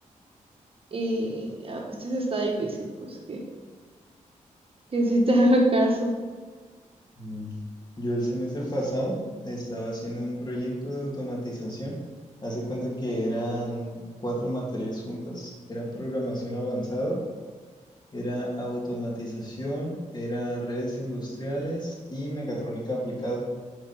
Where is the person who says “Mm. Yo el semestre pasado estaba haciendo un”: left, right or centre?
Left